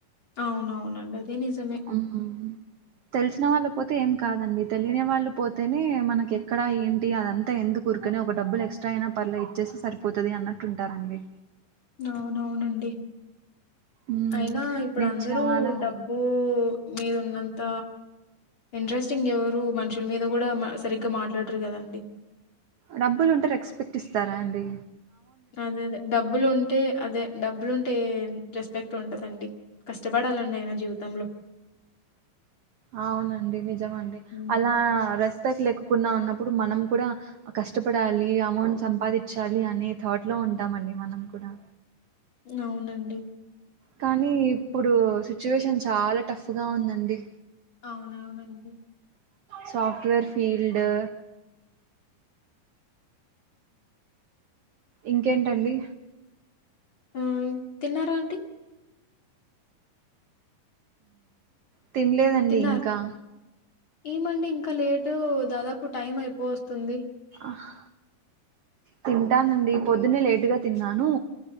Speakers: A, on the left; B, on the right.
A: అవునవునండి అది నిజం
B: ఆహహ తెలిసినవాళ్లు పోతే ఏం కాదండి తెలియని వాళ్ళు పోతేనే మనకి ఎక్కడ ఏంటి అదంతా ఎందుకు ఊరికనే ఒక డబ్బులు ఎక్స్ట్రా అయినా పర్లే ఇచ్చే సరిపోతది అన్నట్టు ఉంటారండి
A: అవునవునండి
B: ఉమ్
A: అయినా ఇప్పుడు
B: నేను
A: అందరూ
B: చాలా
A: డబ్బు ఉ మీరు ఉన్నంత ఇంట్రెస్టింగ్ ఎవరు మనుషుల మీద కూడా మ సరిగ్గా మాట్లాడరు కదండీ
B: డబ్బులుంటే రెస్పెక్ట్ ఇస్తారాండీ
A: అదె అదే డబ్బులుంటే అదే డబ్బులుంటే రెస్పెక్ట్ ఉంటదండీ కష్టపడాలండైనా జీవుతంలో
B: ఔనండి నిజమండి
A: హ్మ్.
B: అలా రెస్పెక్ట్ లేకోకున్నా ఉన్నప్పుడ్ మనం కూడా కష్టపడాలీ అమౌంట్ సంపాదిచ్చాలీ అనే థాట్ లో ఉంటామండి మనం కూడా
A: ఔనండి
B: కానీ ఇప్పుడూ సిచ్యువేషన్ చాల టఫ్ఫు గా ఉందండి
A: ఔనవునండి
B: సాఫ్ట్వేర్ ఫీల్డూ ఇంకేంటండీ
A: ఆమ్ తిన్నారాంటీ
B: తిన్లేదండీ
A: తిన్నారు.
B: ఇంకా
A: ఏమండి ఇంక లేటూ దాదాపు టైం ఐపో వస్తుందీ
B: ఆహ్ తింటానండీ పొద్దున్నే లేటుగా తిన్నానూ